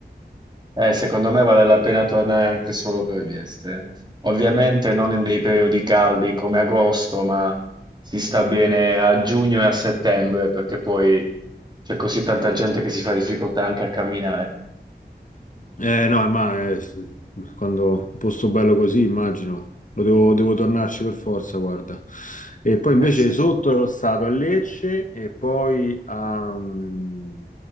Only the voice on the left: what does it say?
Eh no, ma eh, s- quando un posto bello così, immagino, lo devo, devo tornarci per forza, guarda. E poi invece
sotto ero stato a Lecce e poi a mm,